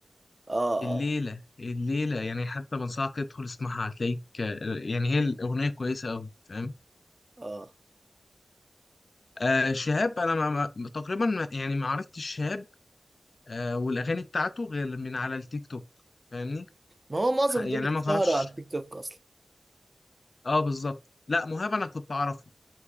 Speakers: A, on the right; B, on the left.
A: اه
B: الليله
A: اه
B: الليله يعني حتى بنصحك تدخل اسمعها هتلاقيك آه، يعني هي الاغنيه كويسه قوي فاهم
A: اه
B: آه شهاب انا ما ما- تقريبا ما- يعني ما عرفتش شهاب آه والاغاني بتاعته غير من على التيك توك فاهمني
A: ما هو معظم
B: يعني
A: دول
B: انا
A: اتشهروا
B: ما اعرفش
A: على التيك توك اصلا
B: اه بالظبط لا مهاب انا كنت اعرفه